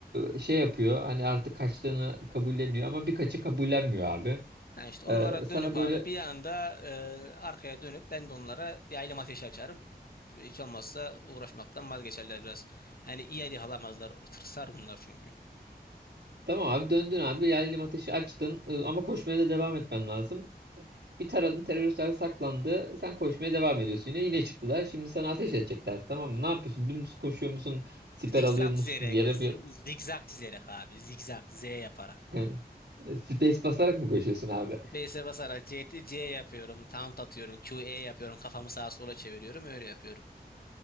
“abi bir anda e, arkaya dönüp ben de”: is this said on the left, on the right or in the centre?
Left